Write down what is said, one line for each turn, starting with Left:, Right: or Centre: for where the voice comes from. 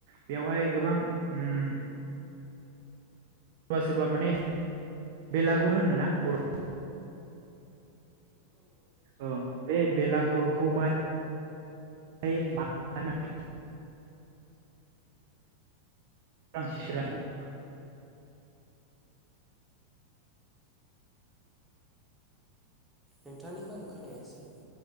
Right: बेयावहाय गोबां उम सोरबा सोरबा माने बेलागुर होनोना बर' औ बे बेलागुरखौ बाय <inaudible> हाय <inaudible> रां से सोरा <inaudible>
Centre: नोंथांनिखौ आं खोनायासै‌।